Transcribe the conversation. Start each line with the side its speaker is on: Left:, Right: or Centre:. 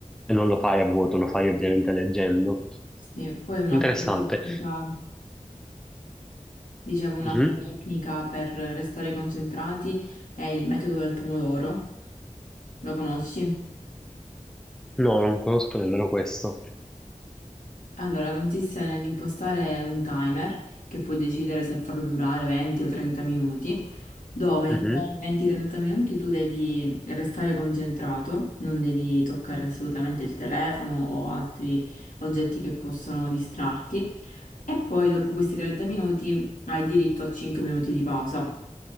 Centre: e non lo fai a vuoto, lo fai ovviamente leggendo.
Left: Sì. Poi un'altra
Centre: Interessante.
Left: tecnica, dicevo, un'altra
Centre: Mhm.
Left: tecnica per restare concentrati è il metodo del pomodoro Lo conosci?
Centre: No, non conosco nemmeno questo.
Left: Allora, consiste nell'impostare un timer che puoi decidere se farlo durare 20 o 30 minuti, dove in
Centre: Mhm,
Left: quei 20-30 minuti tu devi restare concentrato, non devi toccare assolutamente il telefono o altri oggetti che possono distrarti. E poi dopo questi 30 minuti hai diritto a 5 minuti di pausa.